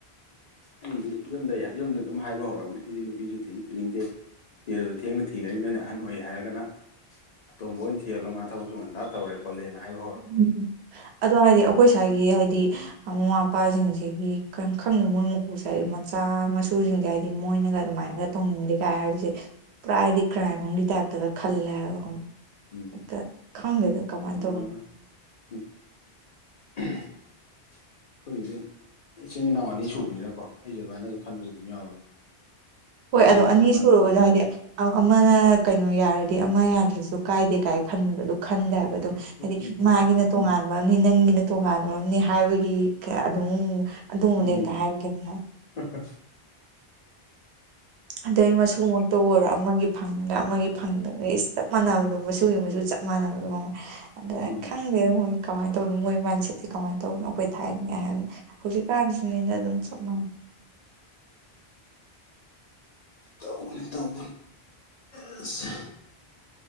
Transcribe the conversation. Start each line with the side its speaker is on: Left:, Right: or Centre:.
Left: ꯑꯩꯗꯤ ꯌꯨꯝꯗ ꯌꯨꯝꯗ ꯑꯗꯨꯝ ꯍꯥꯏꯕ ꯍꯧꯔꯕꯅꯤ ꯑꯩꯗꯤ ꯅꯨꯄꯤꯁꯨ ꯊꯤꯁꯨ ꯊꯤꯅꯤꯡꯗꯦ <unintelligible> ꯊꯦꯡꯅ ꯊꯤꯒꯅꯤ ꯅꯣꯏꯅ ꯑꯍꯟ ꯑꯣꯏ ꯍꯥꯏꯔꯒꯅ ꯑꯇꯣꯝꯕ ꯑꯣꯏꯅ ꯊꯤꯍꯜꯂꯣ ꯃꯥ ꯊꯕꯛꯁꯨ ꯉꯟꯇꯥ ꯇꯧꯔꯦ ꯈꯣꯠꯂꯦꯅ ꯍꯥꯏ ꯍꯧ
Right: ꯎꯝ ꯑꯗꯣ ꯍꯥꯏꯗꯤ ꯑꯩꯈꯣꯏ ꯁ꯭ꯥꯏꯒꯤ ꯍꯥꯏꯗꯤ ꯃꯃꯥ ꯃꯄꯥꯖꯤꯡꯖꯤꯒꯤ ꯈꯪ ꯈꯪ ꯃꯣꯏ ꯃꯀꯣꯛꯁꯦ ꯍꯥꯏꯗꯤ ꯃꯆꯥ ꯃꯁꯨꯁꯤꯡꯁꯦ ꯍꯥꯏꯗꯤ ꯃꯣꯏꯅꯒ ꯑꯗꯨꯃꯥꯏꯅꯒ ꯇꯧꯅꯤꯡꯗꯦ ꯀꯥꯏ ꯍꯥꯏꯕꯁꯦ ꯄꯨꯔꯥ ꯍꯥꯏꯗꯤ ꯀ꯭ꯔꯥꯏꯝ ꯑꯃꯒꯤ ꯇꯥꯏꯞꯇꯒ ꯈꯜꯂꯦ ꯍꯥꯏꯕ
Left: ꯎꯝ
Right: ꯇ ꯈꯪꯗꯦꯗ ꯀꯃꯥꯏꯅ
Left: <inaudible>
Right: ꯇ
Left: ꯈꯣꯏꯒꯤꯗꯤ ꯏꯆꯤꯟ ꯏꯅꯥꯎ ꯑꯅꯤ ꯁꯨꯕꯅꯤꯅꯀꯣ ꯑꯩꯁꯦ ꯑꯗꯨꯃꯥꯏꯅꯁꯨ ꯈꯟꯕꯁꯨ ꯑꯗꯨꯝ ꯌꯥꯎꯋꯦ꯫
Right: ꯍꯣꯏ
Left: ꯑꯩꯅ
Right: ꯑꯗꯣ
Left: ꯊꯤꯗ꯭ꯔꯁꯨ
Right: ꯑꯅꯤ
Left: ꯃꯥ
Right: ꯁꯨꯔꯒꯁꯨ
Left: ꯊꯤꯔꯁꯨ
Right: ꯍꯥꯏꯗꯤ
Left: ꯌꯥꯏ
Right: ꯑ ꯑꯃꯅ ꯀꯩꯅꯣ ꯌꯥꯔꯗꯤ ꯑꯃ ꯌꯥꯗ꯭ꯔꯁꯨ ꯀꯥꯏꯗꯦ ꯀꯥꯏ ꯈꯟꯕꯗꫭ ꯑꯗꯨ ꯈꯟꯗꯦ ꯍꯥꯏꯕ ꯑꯗꯨꯝ ꯍꯥꯏꯗꯤ
Left: ꯂꯩꯇꯦ
Right: ꯃꯥꯒꯤꯅ ꯇꯣꯉꯥꯟꯕ ꯑꯃꯅꯤ ꯅꯪꯒꯤꯅ ꯇꯣꯉꯥꯟꯕꯝꯅꯤ ꯍꯥꯏꯕꯒꯤ ꯀꯩ ꯑꯗꯨꯝ ꯑꯗꯨꯝꯕꯗ
Left: ꯎꯝ
Right: ꯍꯦꯛꯇ ꯍꯥꯏꯔꯛꯀꯅꯤ ꯍꯥ
Left: <unintelligible>
Right: ꯑꯗꯩ ꯃꯆꯨꯃꯛꯇ ꯑꯣꯏꯔꯣ ꯑꯃꯒꯤ ꯐꯪꯉꯗ ꯑꯃꯒꯤ ꯐꯪꯗꯅ ꯏꯁ ꯆꯞ ꯃꯥꯟꯅꯕꯗꯣ ꯃꯆꯨꯒꯤ ꯃꯆꯨ ꯆꯞ <unintelligible> ꯑꯗꯥ
Left: ꯍꯣꯏ
Right: ꯈꯪꯗꯦꯗ ꯃꯣꯏ ꯀꯃꯥꯏꯅ ꯇꯧꯅꯣ ꯃꯣꯏ ꯃꯥꯏꯟꯁꯦꯠꯁꯦ ꯀꯃꯥꯏꯅ ꯇꯧꯕꯅꯣ ꯑꯩꯈꯣꯏ ꯊꯥꯏꯅ <unintelligible> ꯍꯧꯖꯤꯛꯀꯥꯟꯁꯨꯅꯤꯗ ꯑꯗꯨꯝ ꯆꯞ ꯃꯥꯟꯅꯩ
Left: ꯇꯧꯕꯅꯦ ꯇꯧꯕꯅꯦ ꯑꯁ